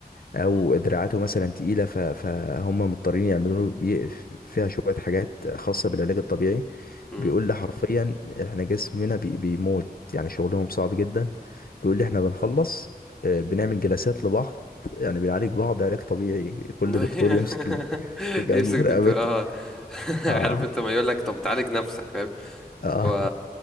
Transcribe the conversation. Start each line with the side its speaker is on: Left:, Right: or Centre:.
Left: او
Centre: مم.
Left: دراعاته مثلا تقيله ف- فهم مضطرين يعملوا له بي- فيها شويه حاجات خاصه بالعلاج الطبيعي
Centre: مم.
Left: بيقول لي حرفيا احنا جسمنا بي- بيموت يعني شغلهم صعب جدا بيقول لي احنا بنخلص آه، بنعمل جلسات لبعض يعني بنعالج بعض علاج طبيعي كل
Centre: <laughs>
Left: دكتور يمسك ال- <laughs> اللي جنبه
Centre: يمسك
Left: في
Centre: دكتور
Left: رقبته
Centre: اه <laughs>
Left: اه
Centre: عارف انت ما يقول لك طب تعالج نفسك فاهم
Left: اه
Centre: اللي هو